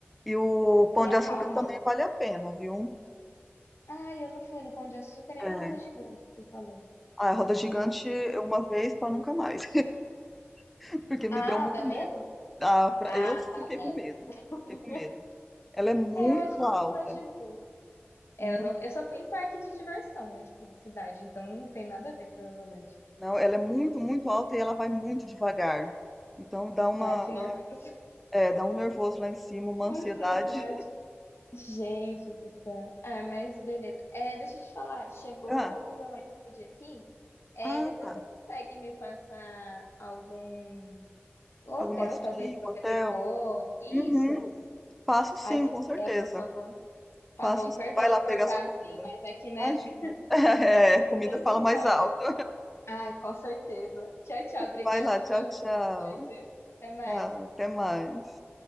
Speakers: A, in the centre; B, on the left.
A: E o Pão
B: E é
A: de Açúcar
B: calmo,
A: também
B: né?
A: vale a pena, viu?
B: Ah, eu não fui no Pão de Açúcar nem
A: É.
B: na Roda Gigante, que você falou.
A: Ah, a roda
B: Hum.
A: gigante eu uma vez para nunca mais, <laughs> porque
B: Ah,
A: me deu muito
B: dá
A: medo.
B: medo?
A: Ah, pra-
B: Ah,
A: eu
B: tá,
A: fiquei com
B: é.
A: medo,
B: <laughs>
A: fiquei com medo. Ela é muito
B: É, eu acho
A: alta,
B: que é mais de boa.
A: muito,
B: É, eu, não, eu só fui em parque de diversão, né? Tipo, de cidade, então não tem nada a ver, provavelmente.
A: não, ela é muito, muito alta e ela vai muito devagar. Então dá uma,
B: Ai, que nervoso.
A: é, dá um nervoso lá em cima, uma
B: <laughs>
A: ansiedade.
B: Ansiedade.
A: <laughs>
B: Gente do céu. Ah, mas beleza. É, deixa eu te falar, chegou
A: Ah,
B: o meu iFood aqui. É,
A: ah,
B: depois
A: tá.
B: tu consegue me passar algum hotel,
A: Algumas
B: talvez,
A: dicas,
B: se você
A: hotel.
B: ficou. Isso.
A: Uhum, passo sim,
B: Aí, se
A: com
B: puder,
A: certeza.
B: por favor. Tá
A: Passa,
B: bom, perdoa
A: vai lá pegar
B: cortar
A: sua comida.
B: assim, mas aqui, né?
A: Imagina.
B: <laughs>
A: <laughs> É, comida fala mais alto.
B: Ai, com certeza. Tchau, tchau. Obrigadão
A: Vai lá, tchau,
B: pelas
A: tchau.
B: informações, viu? Até mais.
A: Tá, até mais.